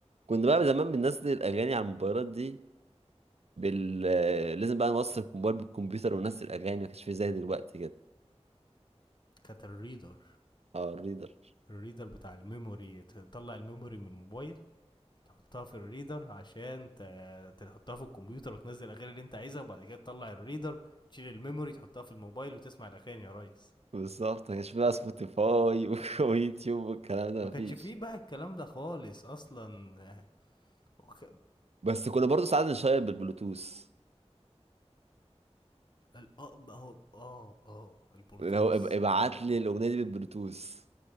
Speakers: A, on the right (about 65°); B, on the left (about 40°).
A: كنت بقى زمان بننزل الاغاني على الموبايلات دي بال آه، لازم بقى نوصل الموبايل بالكمبيوتر وننزل الاغاني ما كانش في زي دلوقتي كده
B: كانت الريدر
A: اه الريدر
B: الريدر بتاع الميموري تطلع الميموري من الموبايل تحطها في الريدر عشان ت- تحطها في الكمبيوتر وتنزل الاغاني اللي انت عايزها وبعد كده تطلع الريدر تشيل الميموري تحطها في الموبايل وتسمع الاغاني يا ريس
A: بالظبط ما كانش في بقى سبوتيفاي و- <laughs> ويوتيوب والكلام ده
B: ما
A: مفيش
B: كانش فيه بقى الكلام ده خالص اصلا آه، وخ-
A: بس كنا برضو ساعات نشير بالبلوتوث
B: ال- اه بقى هو اه اه البلوتوث
A: اللي هو اب- ابعت
B: يعني
A: لي الاغنيه دي بالبلوتوث